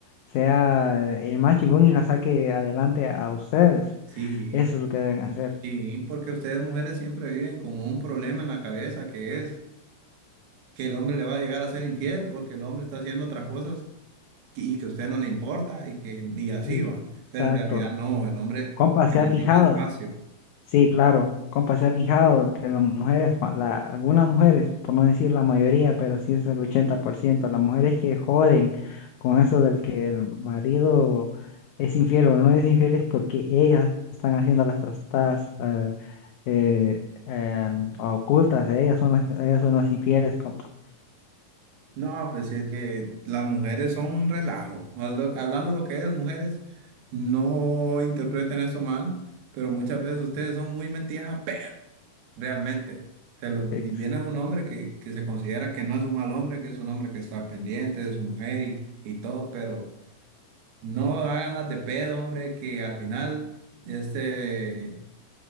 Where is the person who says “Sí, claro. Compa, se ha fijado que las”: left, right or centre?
Left